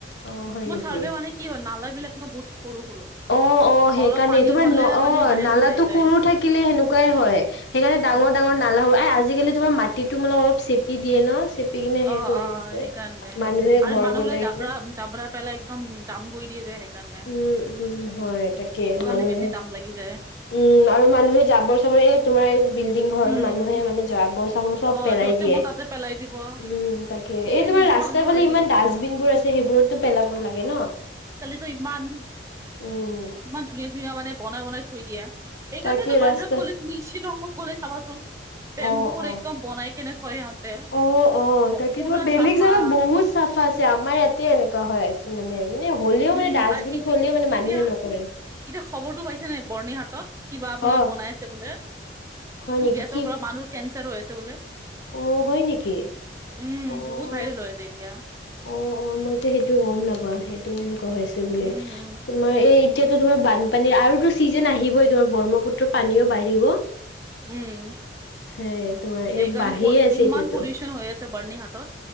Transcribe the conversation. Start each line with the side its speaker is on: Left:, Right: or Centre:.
Left: অ', হয়
Right: মই
Left: নেকি?
Right: চাৰ্ভে মানে কি হয় নালাবিলাক নহয় বহুত সৰু সৰু।
Left: অ', অ', সেইকাৰণে
Right: অলপ পানী
Left: তোমাৰ
Right: হলে
Left: ন অ'
Right: মানে বাহিৰত
Left: নালাটো
Right: ওলাই যায়
Left: সৰু থাকিলে হেনেকুৱাই হয়। সেইকাৰণে ডাঙৰ
Right: অ
Left: ডাঙৰ নালা হ'ল। আজিকালি তোমাৰ মাটিতো মানে অলপ চেপি দিয়ে ন চেপি কিনে
Right: অ
Left: সেই কৰি
Right: অ
Left: আছে
Right: সেইকাৰণে
Left: মানুহে
Right: আৰু
Left: ঘৰ
Right: মানুহবিলাক
Left: বনাই
Right: জাবৰা
Left: কিনে।
Right: জাবৰা পেলাই একদম জাম কৰি দিয়ে। সেইকাৰণে
Left: উম, উম, হয় তাকে
Right: সেইটো কাৰণে
Left: মানুহে
Right: <inaudible>
Left: উম, আৰু মানুহে জাবৰ এই তোমাৰ বিল্ডিং ঘৰৰ
Right: উম
Left: মানুহে
Right: উম
Left: মানে জাবৰ চাবৰ চব
Right: অ
Left: পেলাই
Right: য'তে
Left: দিয়ে।
Right: মন তাতে পেলাই দিব।
Left: উম, উম, হয়। তাকে
Right: সেইটো
Left: এই তোমাৰ
Right: নিজে
Left: ৰাস্তাৰ
Right: ভাবিব
Left: ফালে
Right: লাগে
Left: ইমান ডাষ্টবিনবোৰ আছে সেইবোৰত পেলাব লাগে ন।
Right: তো ইমান
Left: উম।
Right: ইমান ধুনীয়া ধুনীয়া মানে বনাই বনাই থৈ দিয়া। এই
Left: তাকে
Right: কাৰণেটো বাহিৰত
Left: ৰাস্তা
Right: গ'লে তুমি শ্বিলঙত চাবাচোন বেম্বুৰ
Left: অ', অ'।
Right: একদম বনাই কেনেকৈ থৈ সিহঁতে।
Left: অ', অ', তাকে
Right: পুৰা
Left: তোমাৰ বেলেগ
Right: চাফা
Left: জাগত বহুত চাফা আছে। আমাৰ ইয়াতে এনেকুৱা হৈ আছে। মানে মানে হ'লেও
Right: উম
Left: ডাষ্টবিন
Right: আৰু এতি
Left: থ'লেও মানে মানুহে
Right: এতিয়া
Left: নকৰে।
Right: এতিয়া খবৰটো পাইছে নে? বৰ্ণিঘাটত কিবা বোলে
Left: অ',
Right: বনাই আছে বোলে।
Left: হয়
Right: এইটো
Left: নেকি
Right: গেছৰ
Left: কি
Right: পৰা মানুহ কেঞ্চাৰ হৈ আছে বোলে।
Left: অ', হয় নেকি?
Right: উম,
Left: অ',
Right: বহুত ভাইৰেল হৈ আছে এতিয়া।
Left: অ', অ', মই এতিয়া সেইটো গম নাপাওঁ। সেইটোও এনেকুৱা হৈছে বুলি।
Right: উম উম
Left: তোমাৰ এই এতিয়াতো তোমাৰ বানপানীৰ আৰুতো ছিজন আহিবই। তোমাৰ ব্ৰহ্মপুত্ৰৰ পানীও বাঢ়িব।
Right: উম,
Left: সেই তোমাৰ এই
Right: এইকাৰণে
Left: বাঢ়িয়ে আছে
Right: ইমান
Left: এতিয়াতো
Right: পলিউচন হৈ আছে। বৰ্ণিহাটত